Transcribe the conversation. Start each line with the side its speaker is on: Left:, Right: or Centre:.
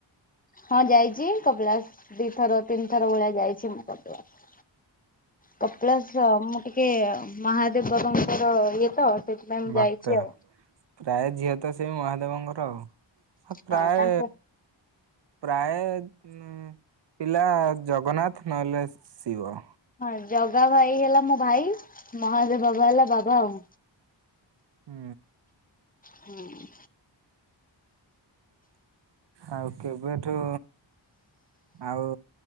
Left: ହଁ ଯାଇଛି। ଯିଏ କପିଳାସ ଦି ଥର ତିନି ଥର ଭଳିଆ ଯାଇଛି ମୁଁ କପିଳାସ। କପିଳାସର ମୁଁ ଟିକେ ମହାଦେବବାବାଙ୍କର ଇଏ ତ ସେଥିପାଇଁ ମୁଁ
Right: ଭକ୍ତ
Left: ଯାଇଛି ଆଉ
Right: ପ୍ରାୟ ଝିଅ ତ ସେଇ ମହାଦେବଙ୍କର ଆଉ ପ୍ରାୟ।
Left: ହଁ ତାଙ୍କ
Right: ପ୍ରାୟ। ଉଁ ପିଲା ଜଗନ୍ନାଥ ନହେଲେ ଶିବ।
Left: ହଁ ଜଗା ଭାଇ ହେଲା ମୋ ଭାଇ ମହାଦେବ ବାବା ହେଲା ବାବା ଆଉ।
Right: ହୁଁ।
Left: ହୁଁ।
Right: ଆଉ କେବେଠୁ? ଆଉ